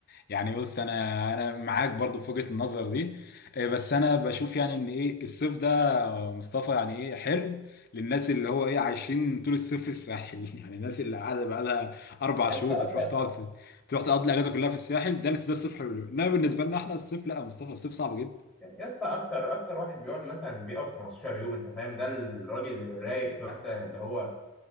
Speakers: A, on the left (about 45°); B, in the centre.
A: يعني بص انا انا معاك برضو في وجهة النظر دي إيه، بس انا بشوف يعني ان ايه الصيف ده مصطفى يعني ايه حلو للناس اللي هو ايه عايشين طول الصيف في الساحل <laughs> يعني الناس اللي قاعده بقى لها اربع
B: يا
A: شهور
B: اسطى
A: بتروح
B: اكتر
A: تقعد في بتروح تقضي الاجازه كلها في الساحل ده ده الصيف حلو انما بالنسبه لنا احنا الصيف لا يا مصطفى الصيف صعب جدا
B: يا اسطى اكتر اكتر واحد بيقعد مثلا بيقعد 15 يوم انت فاهم ده الراجل الرايق مثلا اللي هو